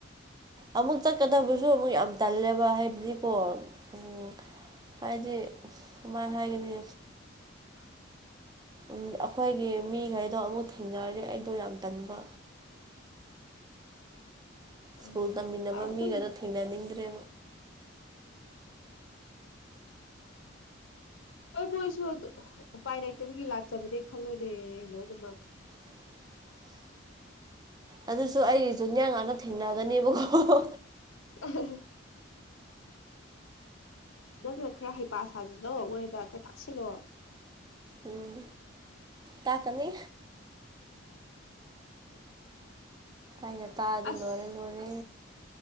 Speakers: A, on the right (about 20°); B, on the left (about 80°).
A: ꯑꯃꯨꯛ ꯆꯠꯀꯗꯕꯁꯨ ꯑꯃꯨꯛ ꯌꯥꯝ ꯇꯜꯂꯦꯕ ꯍꯥꯏꯕꯗꯤꯀꯣ ꯑꯣ ꯍꯥꯏꯗꯤ ꯀꯃꯥꯏꯅ ꯍꯥꯏꯒꯅꯤ
B: <unintelligible>
A: ꯎꯝ ꯑꯩꯈꯣꯏꯒꯤ ꯃꯤꯈꯩꯗꯣ ꯑꯃꯨꯛ ꯊꯦꯡꯅꯔꯅꯤ ꯑꯩꯗꯣ ꯌꯥꯝ ꯇꯟꯕ ꯁ꯭ꯀꯨꯜ
B: ꯎꯝ
A: ꯇꯝꯃꯤꯟꯅꯕ
B: ꯑꯗꯨꯝ
A: ꯃꯤꯒꯩꯗꯣ ꯊꯦꯡꯅꯅꯤꯡꯗ꯭ꯔꯦ
B: ꯍꯣꯏ ꯃꯣꯏꯁꯨ ꯑꯗꯨ ꯎꯄꯥꯏ ꯂꯩꯇꯕꯒꯤ ꯂꯥꯛꯆꯕꯅꯦ ꯈꯜꯂꯨꯅꯦ ꯂꯣꯏꯅꯃꯛ
A: <unintelligible> ꯑꯗꯨꯁꯨ ꯑꯩꯒꯤꯁꯨꯟꯅꯦ ꯉꯥꯛꯇ ꯊꯦꯡꯅꯒꯅꯦꯕꯀꯣ
B: ꯑ ꯅꯪꯅ ꯈꯔ ꯍꯩꯄꯥ ꯁꯥꯖꯤꯜꯂꯣ ꯃꯣꯏꯗ ꯈꯔ ꯇꯥꯛꯁꯤꯜꯂꯣ
A: ꯎꯝ ꯇꯥꯛꯀꯅꯤ ꯑꯩꯅ ꯇꯥꯛꯑꯗꯤ
B: ꯑꯁ
A: ꯂꯣꯏꯔꯦ ꯂꯣꯏꯔꯦ